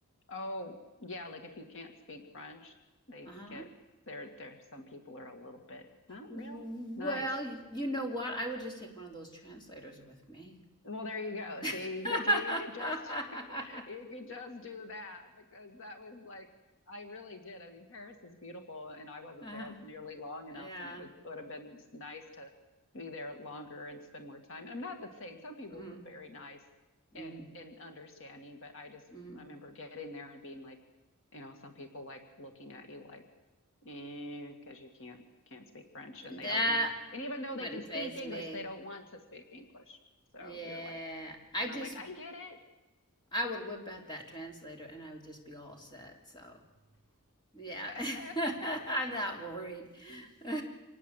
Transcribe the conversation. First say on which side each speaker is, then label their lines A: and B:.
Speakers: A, on the left; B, on the left.
A: Oh, yeah, like if you can't speak French, they
B: Uh-huh.
A: get there there some people are a little bit not
B: Well,
A: real nice.
B: you know what? I would just take one of those translators with me.
A: Well, there you go. See,
B: <laughs>
A: you could you could just <laughs> you could just do that because that was like I really did. I mean, Paris is beautiful, and I wasn't
B: Uh-huh.
A: there nearly long enough,
B: Yeah.
A: and it would would have been nice to be there longer and spend more time. I'm not the same. Some people
B: Mm-hmm.
A: were very nice
B: Mm-hmm.
A: and and understanding, but I just
B: Mm-hmm.
A: I remember getting there and being like, you know, some people like looking at you like because you can't can't speak French and
B: That
A: they don't want it. and even though
B: wouldn't
A: they can speak
B: faze
A: English,
B: me.
A: they don't want to speak English. So
B: Yeah.
A: you're like,
B: I
A: and
B: just,
A: I'm like, I get
B: I would whip out that translator and I would just be all set. So, yeah.
A: it.
B: <laughs> I'm
A: <laughs>
B: not worried. <laughs>